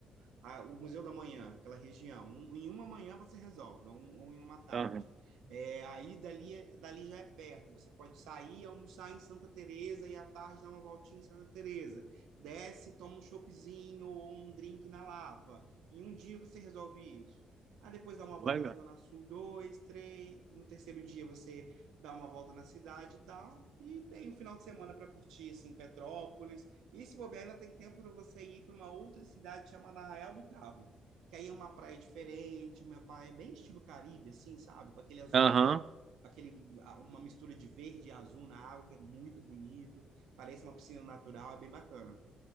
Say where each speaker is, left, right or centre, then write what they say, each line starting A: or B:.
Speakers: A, on the right (about 80°); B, on the right (about 50°).
A: a- o Museu da Manhã, aquela região. Um- em uma manhã você resolve, ou um, ou em uma tarde.
B: Aham,
A: É, aí dali, dali já é perto. Você pode sair, e almoçar em Santa Teresa e à tarde dar uma voltinha em Santa Teresa. Desce, toma um choppzinho ou um drink na Lapa. Em um dia você resolve isso. Aí depois dá uma volta
B: legal.
A: na Zona Sul, dois, três. No terceiro dia você dá uma volta na cidade e tal. E tem um final de semana para curtir, assim, Petrópolis. E se bobear, ainda tem tempo para você ir para uma outra cidade chamada Arraial do Cabo que aí é uma praia diferente, uma praia bem estilo Caribe, assim, sabe? Com aquele azul,
B: Aham,
A: com aquele, uma mistura de verde e azul na água, que é muito bonito. Parece uma piscina natural, é bem bacana.